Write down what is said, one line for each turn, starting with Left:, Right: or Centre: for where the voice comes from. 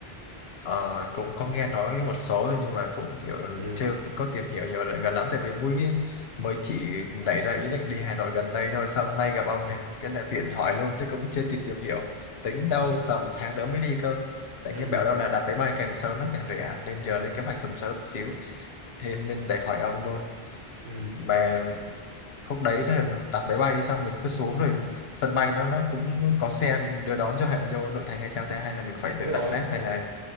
Left: Ờ, cũng có nghe nói một số thôi nhưng mà cũng kiểu
Right: ừ
Left: chưa có tìm hiểu nhiều lại gần lắm tại vì mới mới chỉ nảy ra ý định đi Hà Nội gần đây thôi xong hôm nay gặp ông này cái là tiện hỏi luôn chứ cũng chưa kịp tìm hiểu tính đâu
Right: ừ
Left: tầm tháng nữa mới đi cơ tại
Right: ừ ừ
Left: nghe bảo đâu là đặt máy bay càng sớm nó càng rẻ nên giờ lên kế hoạch sớm sớm xíu thế nên để hỏi ông luôn
Right: ừ.
Left: mà lúc đấy là đặt máy bay xong mình cứ xuống rồi sân bay nó nó cũng có xe mình đưa đón cho hẹn vô nội thành hay sao ta hay là mình phải
Right: đúng
Left: tự
Right: rồi
Left: đặt Grab hay là